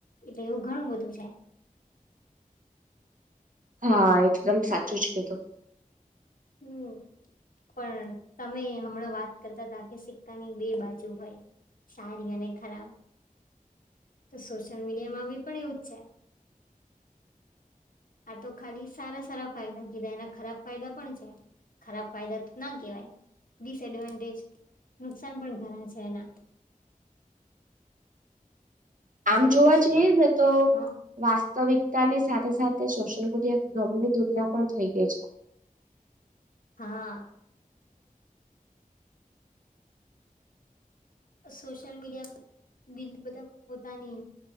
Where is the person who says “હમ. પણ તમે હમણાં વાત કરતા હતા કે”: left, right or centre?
Left